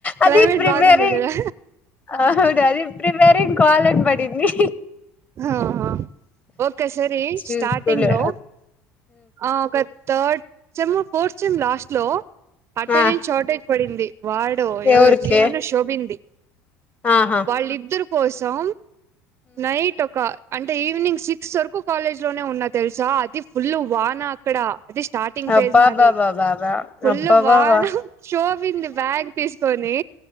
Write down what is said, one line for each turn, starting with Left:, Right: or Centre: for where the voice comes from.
Right: క్లైమేట్
Left: అది ప్రిపేరీ
Right: బాగుంది కదా
Left: అవు అది ప్రిపెరింగ్ కాలేజ్ పడింది
Right: ఆహా ఓక సరి
Left: చూసుకోలే
Right: స్టార్టింగ్ లో ఆ ఒక third sem fourth sem last లో అట్టనేస్
Left: ఆ
Right: షార్టేజ్ పడింది వాడు ఎవడు
Left: ఎవరికి
Right: జీవన్ శోభింది
Left: ఆహా
Right: వాళ్ళిద్దరు కోసం నైట్ ఒక అంటే ఈవినింగ్ సిక్స్ వరకు కాలేజ్ లోనే ఉన్నా తెలుసా అది ఫుల్ వాన అక్కడ అదిస్ స్టార్టింగ్ ఫేజ్
Left: అబ్బాబ్బాబ్బాబ్బా
Right: మాది ఫుల్
Left: అబ్బాబ్బాబ్బా
Right: వాన శోబింది బ్యాగ్ తీసుకొని